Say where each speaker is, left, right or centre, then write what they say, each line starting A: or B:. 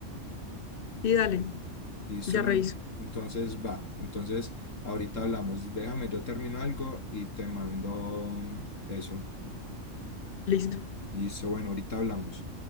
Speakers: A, on the left; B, on the left.
A: y dale,
B: Listo,
A: ya
B: ¿no?
A: reviso.
B: Entonces, va. Entonces, ahorita hablamos. Déjame, yo termino algo y te mando mm, eso.
A: Listo.
B: Listo, bueno, ahorita hablamos.